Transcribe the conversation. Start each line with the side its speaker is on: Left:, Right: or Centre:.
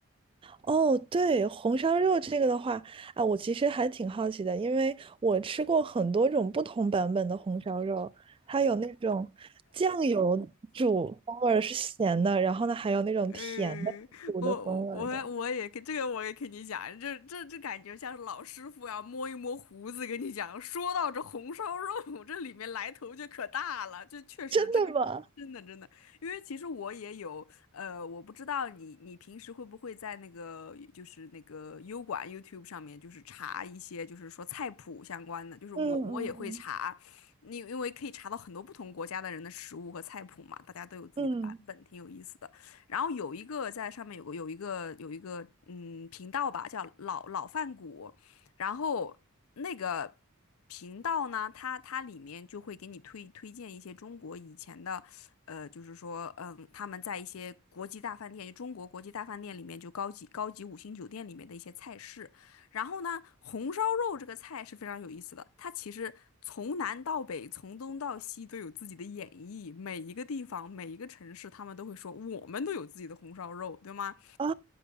Right: 哦，对，红烧肉这个的话，啊，我其实还挺好奇的，因为我吃过很多种不同版本的红烧肉，它有那种酱油煮风味儿是咸的，然后呢还有那种甜的煮的风味儿的，
Left: 嗯，我我我也跟这个我也跟你讲，这这这感觉像是老师傅要摸一摸胡子跟你讲。说到这红烧肉，这里面来头就可大了，就确实这个真的真的，
Right: 真的吗？
Left: 因为其实我也有呃，我不知道你你平时会不会在那个就是那个优管 YouTube 上面就是查一些就是说菜谱相关的，就是我我也会查，
Right: 嗯嗯
Left: 你因为可以查到很多不同国家的人的食物和菜谱嘛，大家都有自己的版本，
Right: 嗯嗯，
Left: 挺有意思的。然后有一个在上面有个有一个有一个嗯频道吧，叫老老饭骨，然后那个频道呢，它它里面就会给你推推荐一些中国以前的，呃，就是说嗯他们在一些国际大饭店，就中国国际大饭店里面就高级高级五星酒店里面的一些菜式，然后呢，红烧肉这个菜是非常有意思的，它其实从南到北，从东到西都有自己的演绎，每一个地方、每一个城市，他们都会说我们都有自己的红烧肉，对吗？
Right: 啊，